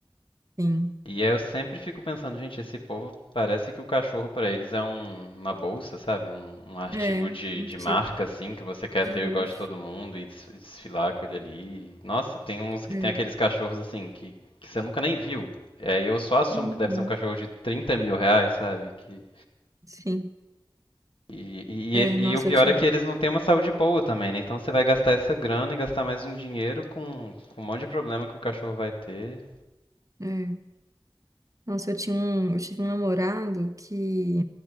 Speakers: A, on the right (about 40°); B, on the left (about 80°).
A: sim.
B: E aí eu sempre fico pensando, gente, esse povo parece que o cachorro pra eles é um- uma bolsa, sabe? Um, um artigo
A: É,
B: de,
A: um
B: de
A: artigo
B: marca, assim, que você quer
A: de
B: ter
A: luxo.
B: igual de todo mundo e des- desfilar com ele ali. Nossa, tem uns que
A: É,
B: tem aqueles cachorros, assim, que, que você nunca nem viu. É, e eu só assumo
A: uhum,
B: que deve ser um cachorro de trinta mil reais, sabe? Que
A: sim.
B: E,
A: É,
B: e,
A: nossa,
B: e- o pior
A: eu tive.
B: é que eles não têm uma saúde boa também, né? Então você vai gastar essa grana e gastar mais um dinheiro com, com um monte de problema que o cachorro vai ter.
A: É. Nossa, eu tinha um, eu tive um namorado que,